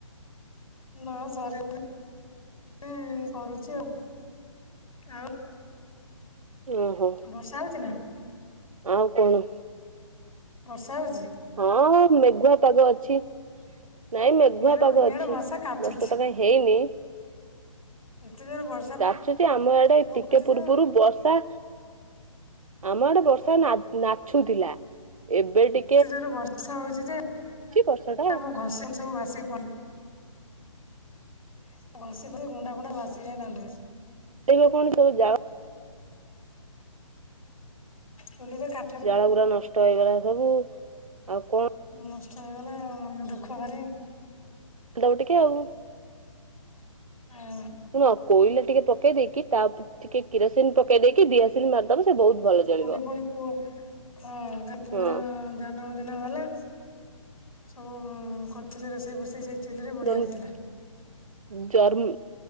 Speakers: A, on the left; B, on the right.
A: ନାଁ ସରିନି। ଏଇ କରୁଛି ଆଉ ଆଉ।
B: ଓହୋ
A: ବର୍ଷା ହଉଛି ନାଁ?
B: ଆଉ କଣ?
A: ବର୍ଷା ହଉଛି?
B: ହଁ ମେଘୁଆ ପାଗ ଅଛି ନାଇଁ ମେଘୁଆ
A: ଇଆଡେ
B: ପାଗ
A: ଇଆଡେ
B: ଅଛି
A: ବର୍ଷା କାଚୁଛି
B: ବର୍ଷା ତ କାଇଁ ହେ ହେଇନି।
A: ଏତେ ଜୋରେ ବର୍ଷା
B: କାଚୁଛି ଆମ ଆଡେ
A: ପକଉଛି
B: ଟିକେ ପୂର୍ବରୁ
A: ଯେ
B: ବର୍ଷା ଆମ ଆଡେ ବର୍ଷା ନା ନାଛୁଥିଲା ଏବେ ଟି
A: ଏତେ ଜୋରରେ ବର୍ଷା ହଉଛି ଯେ
B: ବର୍ଷା ଟା
A: ଆମ ଘଷି ଗୁଣ୍ଡି ସବୁ ଭାସିକି ପଳେଇଲା। ହୁଁ ହୁଁ। ଘସି ସବୁ ଗୁଣ୍ଡା ଫୁଣ୍ଡା ଭାସିିଲାଣି ଦାଣ୍ଡରେ।
B: ଏଇ ଯୋଉ କଣ ସବୁ ଜାଗା
A: ସମସ୍ତେ ଖା
B: ଜାଳ ଗୁୁରା ନଷ୍ଟ ହେଇଗଲା ସବୁ ଆଉ କଣ
A: ନଷ୍ଟ ହେଇଗଲା ଆଉ ମନ ଦୁଃଖ ଭାରି।
B: ଦଉ ଟିକେ ଆଉ।
A: ଅଁ,
B: ଶୁଣ କୋଇଲା ଟିକେ ପକେଇ ଦେଇକି ତା ଉପରେ ଟିକେ କିରସିନ୍ ପକେଇ ଦେଇକି ଦିଆସିଲ୍ ମାରଦବ। ସେ ବହୁତ ଭଲ ଜଳିବ
A: ତାହେଲେ ଭଉଣୀ ପୁଅ ହଁ କାଲ ପୁଅର
B: ହଁ
A: ଅଁ, ଜନ୍ମ ଦିନ ଗଲା ସବୁ କରିଥିଲି ରୋଷେଇ ଫୁଷେଇ ସେଇ ଚୁଲିରେ ବଢିଆ
B: ଜନ
A: ହଉଥିଲା।
B: ଜରମ୍